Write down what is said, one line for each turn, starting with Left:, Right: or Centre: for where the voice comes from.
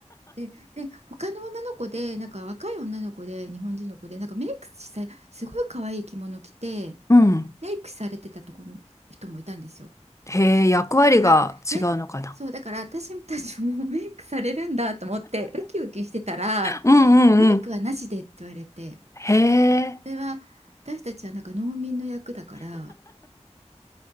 Right: で、で、他の女の子で、なんか若い女の子で、日本人の子で、なんかメイクさ、すごい可愛い着物着て、
Left: うん。
Right: メイクされてたとこ、人もいたんですよ。
Left: へえ、役割が違うのかな。
Right: だから、え、そう、だから私たちもメイクされるんだと思って、ウキウキしてたら、
Left: うんうんうん。
Right: メイクはなしでって言われて、
Left: へえ、
Right: それは私たちはなんか農民の役だから、